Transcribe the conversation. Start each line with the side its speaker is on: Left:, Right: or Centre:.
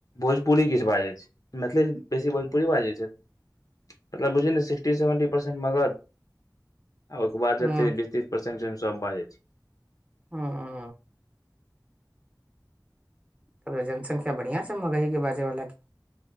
Left: भोजपुरी किछ बाजै छै मैथिली बेसी भोजपुरी बाजै छै मतलब बुझि न सिक्टी सेवेन्टी परसेन्ट मगध आ ओहि कऽ
Right: हूँ
Left: बाद जते बीस तीस परसेन्ट छै नऽ सब बाजै छै
Right: हँ तब तऽ जनसंख्या बढ़िया छै मगही के बाजे बाला के